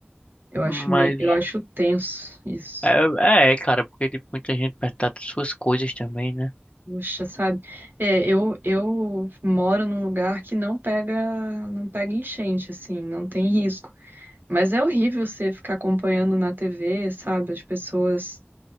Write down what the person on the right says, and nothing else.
Eu acho
meio, eu acho tenso isso.
Puxa, sabe? É, eu, eu moro num lugar que não pega, não pega enchente, assim, não tem risco. Mas é horrível você ficar acompanhando na TV, sabe? As pessoas,